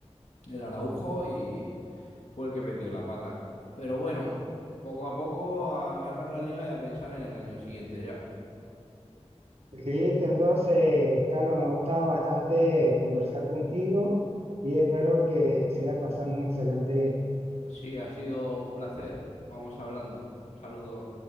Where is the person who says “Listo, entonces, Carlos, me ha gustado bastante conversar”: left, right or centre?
Right